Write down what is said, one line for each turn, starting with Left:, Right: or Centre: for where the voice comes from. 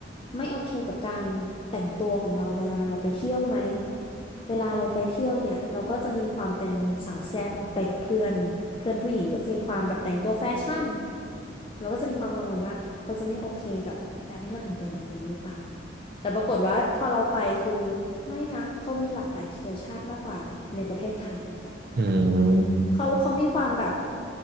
Left: ไม่โอเคกับการแต่งตัวของเราเวลาเราไปเที่ยวไหมเวลาเราไปเที่ยวเนี่ยเราก็จะมีความเป็นสาวแซ่บไปกับเพื่อนเพื่อนผู้หญิงก็จะมีความแบบแต่งตัวแฟชั่นเราก็จะมีความกังวลว่าเขาจะไม่โอเคกับการที่เราแต่งตัวแบบนี้หรือเปล่าแต่ปรากฏว่าพอเราไปคือไม่นะเขามีหลากหลายเชื้อชาติมากกว่าในประเทศไทยอีกอะ
Right: อืม
Left: เขาเขามีความแบบ